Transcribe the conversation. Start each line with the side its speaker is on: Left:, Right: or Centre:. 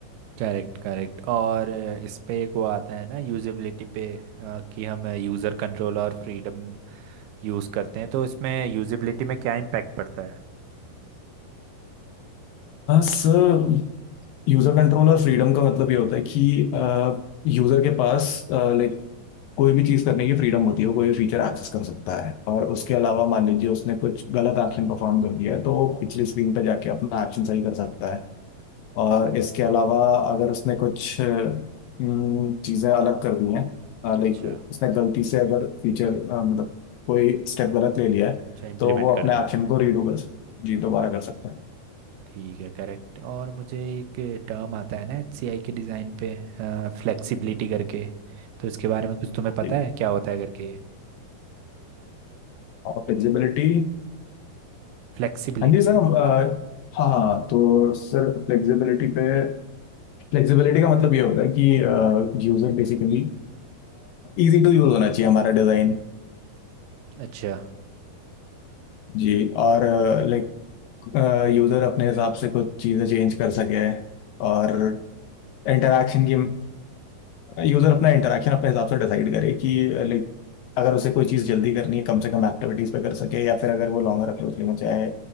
Right: करेक्ट करेक्ट और अ, इस पे एक वो आता है ना यूजेबिलिटी पे अ, कि हम यूज़र कंट्रोल और फ्रीडम यूज़ करते हैं तो इसमें यूजेबिलिटी में क्या इम्पैक्ट पड़ता है
Left: सर यूजर कंट्रोल और फ्रीडम का मतलब ये होता है कि यूजर के पास लाइक कोई भी चीज करने की फ्रीडम होती है वो कोई भी फीचर एक्सेस कर सकता है और उसके अलावा मान लीजिए उसने कुछ गलत एक्शन परफॉर्म कर दिया है तो वो पिछली स्क्रीन पे जाके अपना एक्शन सही कर सकता है
Right: हाँ
Left: और इसके अलावा अगर उसने कुछ अम, चीजें अलग कर दी हैं
Right: अच्छा
Left: लाइक उसने गलती से अगर फीचर मतलब कोई स्टेप
Right: अ-
Left: गलत ले लिया है
Right: अच्छा इम्प्लीमेंट
Left: तो वो अपने
Right: कर दिया
Left: एक्शन
Right: है
Left: को रीडू कर जी दोबारा कर सकता है
Right: ठीक है करेक्ट और मुझे एक टर्म आता है ना एचसीआई के डिज़ाइन पे फ्लेक्सिबिलिटी करके तो इसके बारे में कुछ तुम्हें पता
Left: जी
Right: है क्या होता है करके
Left: और फ्लेक्सिबिलिटी
Right: फ्लेक्सिबिलिटी
Left: हाँ जी सर हम, अ, हाँ हाँ, तो सर फ्लेक्सिबिलिटी पे फ्लेक्सिबिलिटी का मतलब ये होता है कि user basically easy to use होना चाहिए हमारा डिजाइन
Right: अच्छा
Left: जी और लाइक यूजर अपने हिसाब से कुछ चीजें चेंज कर सके और इंटरेक्शन की यूजर अपना इंटरेक्शन अपने हिसाब से डिसाइड करे कि लाइक अगर उसे कोई चीज जल्दी करनी है कम से कम एक्टिविटीज पे कर सके या फिर अगर वो लॉन्गर अप्रोच लेना चाहे